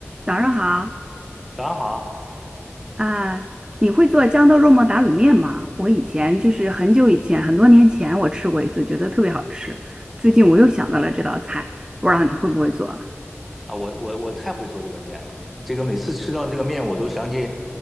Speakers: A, on the right; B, in the centre.
A: 早上好
B: 早上好啊！
A: 啊，你会做豇豆肉末打卤面吗？我以前就是很久以前，很多年前我吃过一次，觉得特别好吃。最近我又想到了这道菜，不知道你会不会做？
B: 啊我我我太会做这个面了，这个每次吃到这个面，我都想起